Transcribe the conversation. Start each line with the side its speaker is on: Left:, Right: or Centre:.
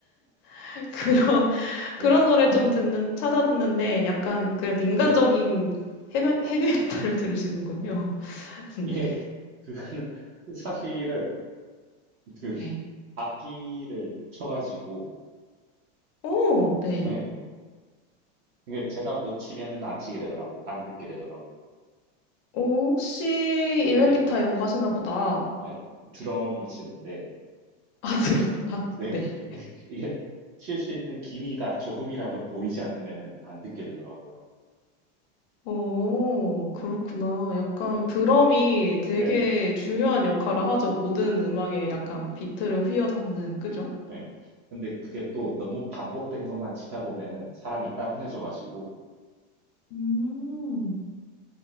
Left: <laughs> 그런
Right: 네.
Left: 그런 노래
Right: <clears throat>
Left: 좀 듣는 찾아 듣는데 약간 그래도 인간적인
Right: 네네.
Left: 헤비, 헤비메탈을 들으시는군요.
Right: 네.
Left: <laughs>
Right: 이게
Left: 네.
Right: 그 <laughs> 사실은 그
Left: 네.
Right: 악기를 쳐가지고
Left: 오, 네.
Right: 예. 이게 제가 못 치면은 안 치게 되더라고요. 안 듣게 되더라고요.
Left: 오, 혹시 일렉기타
Right: 네.
Left: 이런 거 하시나 보다.
Right: 아, 드럼을 치는데,
Left: 아, <laughs> 드럼, 아,
Right: <laughs> 네,
Left: 네.
Right: 이게 칠 수 있는 기미가 조금이라도 보이지 않으면은 안 듣게 되더라고요.
Left: 오, 그렇구나.
Right: 음,
Left: 약간
Right: 네,
Left: 드럼이 되게
Right: 네네.
Left: 중요한 역할을 하죠. 모든 음악에 약간
Right: 음,
Left: 비트를
Right: 음,
Left: 휘어잡는, 그죠?
Right: 네. 근데 그게 또 너무 반복된 것만 치다 보면은 사람이 따분해져가지고,
Left: 음,